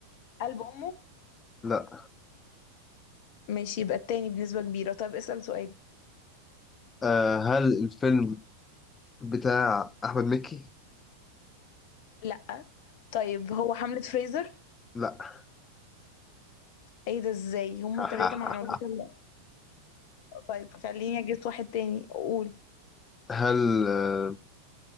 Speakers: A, on the left; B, on the left.
A: قلب امه
B: لا
A: ماشي يبقى التاني بنسبه كبيره طيب اسال سؤالي
B: آه هل الفيلم بتاع أحمد مكي؟
A: لا طيب هو حملة فريزر
B: لا
A: ايه ده ازاي هما
B: <laughs>
A: التلاتة ما عملوش الا طيب خليني اجس واحد تاني اقول
B: هل آه